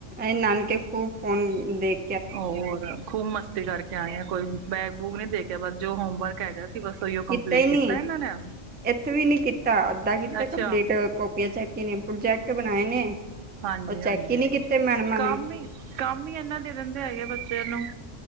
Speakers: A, on the right (about 15°); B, on the right (about 75°).
A: ਇਹ ਨਾਨਕੇ ਖੂਬ ਫੋਨ ਦੇਖ
B: ਹੋਰ ਖੂਬ ਮਸਤੀ ਕਰਕੇ ਆਏ ਆ, ਕੋਈ ਬੈਗ-ਬੂਗ ਨਹੀਂ ਦੇਖਿਆ, ਬਸ ਜੋ ਹੋਮਵਰਕ ਹੈਗਾ ਸੀ ਬਸ ਉਹੀਓ ਕੰਪਲੀਟ
A: ਕੀਤਾ ਹੀ ਨੀ,
B: ਇਹਨਾਂ ਨੇ
A: ਇੱਥੇ ਵੀ ਨੀ ਕੀਤਾ, ਅੱਧਾ ਕੀਤਾ
B: ਅੱਛਾ
A: ਕੰਪਲੀਟ। ਕਾਪੀਆਂ ਚੈੱਕੀ ਨੀ, ਪ੍ਰੋਜੈਕਟ ਬਣਾਏ ਨੇ।
B: ਹਾਂਜੀ-ਹਾਂਜੀ
A: ਉਹ ਚੈੱਕ ਹੀ ਨੀ ਕੀਤੇ ਮੈਡਮਾਂ
B: ਕੰਮ
A: ਨੇ
B: ਹੀ, ਕੰਮ ਹੀ ਇਹਨਾਂ ਦੇ ਦਿੰਦੇ ਹੈਗੇ ਬੱਚਿਆਂ ਨੂੰ।